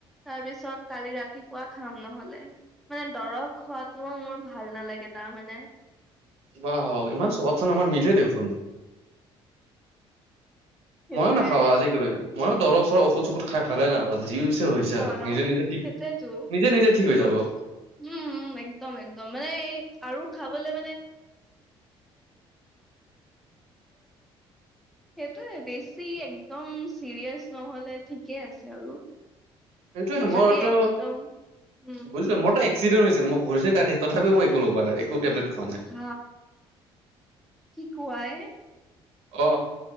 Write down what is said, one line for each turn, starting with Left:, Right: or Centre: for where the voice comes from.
Centre: তাৰপিছত কালি ৰাতিপুৱা খাম নহলে মানে দৰৱ হোৱাতটোও মোৰ ভাল নালাগে তাৰ মানে
Right: বা ইমান স্বভাৱচোন আমাৰ মিলে দেখোন
Centre: সেইটোয়ে
Right: ময়ো নাখাওঁ আজি কিব মই দৰ ওৰ ঔখ চখ খ ভালে নাই বজি যি হৈছে হৈছে
Centre: অ
Right: আৰু
Centre: ন
Right: নিজে নিজে ঠিক
Centre: সেইটোয়েতো
Right: নিজে নিজে ঠিক হৈ
Centre: উ
Right: যাব
Centre: উম একদম একদম মানে এই আৰু খাল <inaudible> সেইটোৱে বেছি একদম চিৰিয়াচ নহলে ঠিকেই আছে আৰু
Right: সেইটোয়ে
Centre: উম,
Right: মইতো
Centre: যদি একদম উম
Right: বুজিলো মোৰতো এক্িডেণ্ট হৈ মইৰিছে কাটি তথাপি মই একো লগোৱা নাই একো টেবলেট খোৱা নাই
Centre: হ কি কোৱা এ
Right: অ